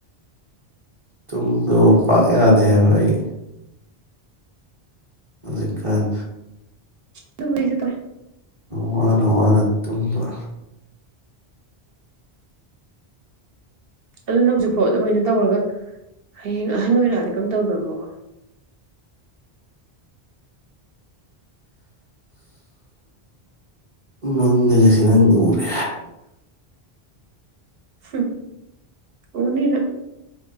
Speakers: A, on the right (about 35°); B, on the right (about 65°).
A: ꯇꯨꯝꯗ ꯄꯥꯛ ꯌꯥꯗꯦ ꯍꯥꯏꯕ ꯑꯩ ꯑꯗꯨꯖꯤ ꯈꯥꯟ
B: ꯇ ꯀꯩꯁꯤꯗ
A: ꯋꯥꯔ ꯋꯥꯔ ꯇꯝꯕ
B: ꯑꯗꯨꯅ ꯍꯧꯖꯤꯛꯐꯥꯎ ꯑꯗꯨꯃꯥꯏꯅ ꯇꯧꯔꯒ ꯍꯌꯦꯡ ꯑꯍꯟ ꯑꯣꯏꯔꯛꯑꯗꯤ ꯀꯝ ꯇꯧꯗꯣꯏꯅꯣꯕ
A: ꯃꯪꯗꯒꯁꯤ ꯅꯪ ꯎꯔꯦ
B: ꯍꯝ ꯎꯅꯤ ꯅꯪ